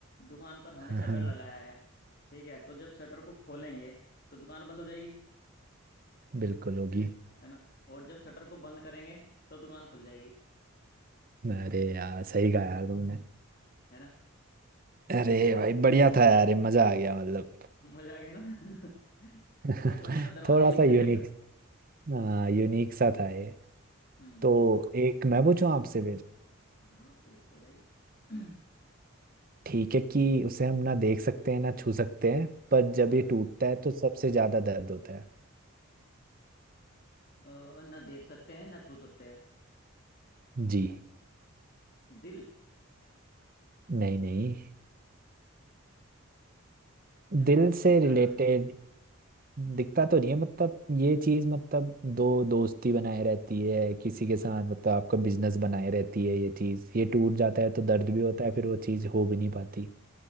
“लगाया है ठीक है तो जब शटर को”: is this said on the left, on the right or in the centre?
Left